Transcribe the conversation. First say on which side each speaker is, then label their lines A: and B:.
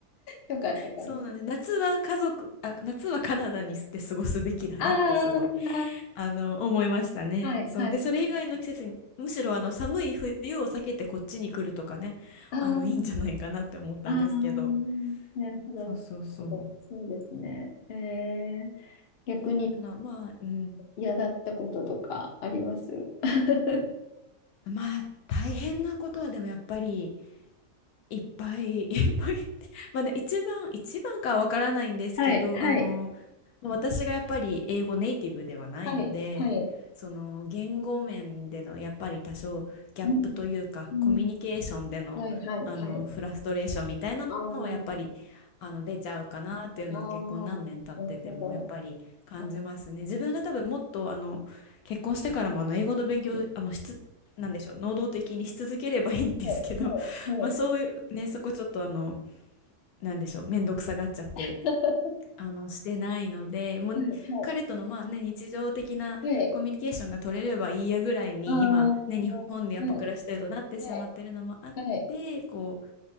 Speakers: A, on the left; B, on the left.
A: とかあったかもしれ
B: そうなんです。夏は家族、あ、夏はカナダにして過ごすべきだなってすごい、
A: ない。あ
B: あの、思いましたね。
A: あ、はい、
B: そう。
A: はい、
B: で、
A: はい。
B: それ以外の季節に、むしろあの、寒い冬を避けてこっちに来るとかね、
A: ああ、
B: あの、いいんじゃないかなって思ったんですけど。
A: ああ、なるほど。
B: そうそうそう。
A: なるほどそうですね。
B: っ
A: えー、逆に
B: ていうのは、まあ、うん。
A: 嫌だったこととかあります <laughs>
B: まあ、大変なことはでもやっぱり、いっぱい <laughs> いっぱいまあで一番一番かはわからないんですけどあの
A: はい、はい、
B: まあ私がやっぱり英語ネイティブではないのでその言語面でのやっぱり多少ギャップというかコミュニケーションでの、
A: はい、はい。うん、うん、はい、はい、
B: あのフラストレーションみたいなのはやっぱり
A: はい。あー
B: あの出ちゃうかなっていうのは結婚何年経っててもやっぱり感じますね。
A: ああなるほど。あ、
B: 自分が多分もっとあの結婚してからもあの英語の勉強あのしつなんでしょう能動的にし続ければいいんですけどまあそういうねそこちょっとあの
A: うん、はい、はい、はい。
B: なんでしょう面倒くさがっちゃって
A: <laughs>
B: あのしてないのでもう彼とのまあね日常的なコミュニケーションが取れればいいやぐらいに今ね日本でやっぱ暮らしてるとなってしまってるのもあってこう
A: はい、はい、はい。ああ、はい、はい、はい。